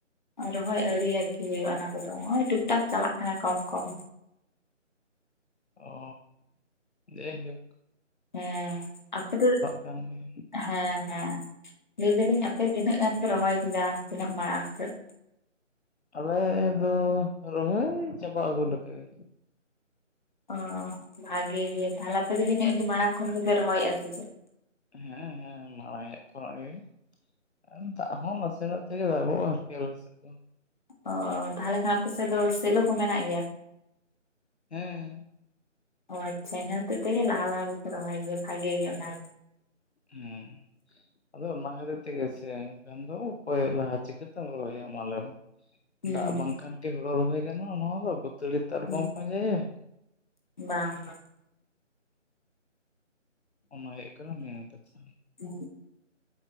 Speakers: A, on the left (about 35°); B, on the left (about 60°).
A: ᱨᱚᱦᱚᱭ ᱟᱣᱨᱤ ᱟᱨᱠᱤ ᱦᱩᱭᱩᱜᱼᱟ ᱚᱱᱟ ᱠᱚᱫᱚ ᱱᱚᱜ-ᱚᱭ ᱴᱷᱤᱠ-ᱴᱷᱟᱠ ᱪᱟᱞᱟᱜ ᱠᱟᱱᱟ ᱠᱚᱢ ᱠᱚᱢ᱾
B: ᱚᱻ ᱡᱮ ᱡᱚᱸ
A: ᱦᱮᱸ ᱟᱯᱮ ᱫᱚ,
B: ᱠᱟᱱ ᱜᱮᱭᱟ
A: ᱦᱮᱸ ᱦᱮᱸ ᱞᱟᱹᱭ ᱫᱟᱹᱞᱤᱧ ᱟᱯᱮ ᱛᱤᱱᱟᱹᱜ ᱜᱟᱱ ᱯᱮ ᱨᱚᱦᱚᱭ ᱠᱮᱫᱟ ᱛᱤᱱᱟᱹᱜ ᱢᱟᱲᱟᱝ ᱥᱮᱫ?
B: ᱟᱞᱮ ᱫᱚ ᱨᱚᱦᱚᱭ ᱪᱟᱵᱟ ᱟᱹᱜᱩ ᱞᱮᱠᱟ ᱜᱮ᱾
A: ᱚ ᱵᱷᱟᱜᱮ ᱜᱮ ᱛᱟᱦᱚᱞᱮ ᱟᱯᱮ ᱡᱟᱹᱱᱤ ᱟᱹᱰᱤ ᱢᱟᱲᱟᱝ ᱠᱷᱚᱱ ᱜᱮᱯᱮ ᱨᱚᱦᱚᱭᱮᱼᱟ ᱥᱮ ᱪᱮᱫ?
B: ᱦᱮᱸ ᱦᱮᱸ ᱢᱟᱲᱟᱝ ᱧᱚᱜ ᱠᱷᱚᱱᱟᱜ ᱜᱮ, ᱟᱨ ᱫᱟᱜ ᱦᱚᱸ ᱱᱟᱥᱮ ᱥᱮᱱᱟᱜ ᱛᱮᱜᱮ ᱫᱟᱜᱚ-ᱟ ᱟᱨᱠᱤ ᱟᱞᱮ ᱥᱮᱫ ᱫᱚ᱾
A: ᱚ ᱛᱟᱦᱚᱞᱮ ᱠᱷᱟᱱ ᱟᱯᱮ ᱥᱮᱫ ᱫᱚ ᱥᱮᱞᱳ ᱠᱚ ᱢᱮᱱᱟᱜ ᱜᱮᱭᱟ?
B: ᱦᱮᱸ᱾
A: ᱚ ᱟᱪᱪᱷᱟ ᱤᱱᱟᱹ ᱦᱚᱛᱮᱡ ᱛᱮᱜᱮ ᱞᱟᱦᱟ ᱞᱟᱦᱟ ᱜᱮᱯᱮ ᱨᱚᱦᱚᱭ ᱜᱮ ᱵᱷᱟᱜᱮ ᱜᱮ ᱚᱱᱟ᱾
B: ᱦᱩᱸ ᱟᱫᱚ ᱚᱱᱟ ᱠᱷᱟᱹᱛᱤᱨ ᱛᱮᱜᱮ ᱥᱮ ᱵᱟᱠᱷᱟᱱ ᱫᱚ ᱚᱠᱚᱭ ᱞᱟᱦᱟ ᱪᱤᱠᱟᱹ ᱛᱮᱢ ᱨᱚᱦᱚᱭᱟ ᱢᱟ ᱞᱟᱹᱭ ᱢᱮ᱾
A: ᱦᱩᱸ
B: ᱫᱟᱜ ᱵᱟᱝᱠᱷᱟᱱ ᱠᱤ ᱦᱩᱲᱚ ᱨᱚᱦᱚᱭ ᱜᱟᱱᱟᱜᱼᱟ ᱱᱚᱣᱟ ᱫᱚ ᱵᱟᱹ ᱛᱟᱹᱲᱤ ᱛᱟᱨ
A: ᱦᱩᱸ
B: ᱵᱟᱢ ᱯᱟᱸᱡᱟᱭᱮ?
A: ᱵᱟᱝ ᱵᱟᱝ᱾
B: ᱚᱱᱟ ᱦᱩᱭᱩᱜ ᱠᱟᱱᱟ ᱢᱮᱱ ᱛᱟᱛᱷᱟ᱾
A: <inaudible>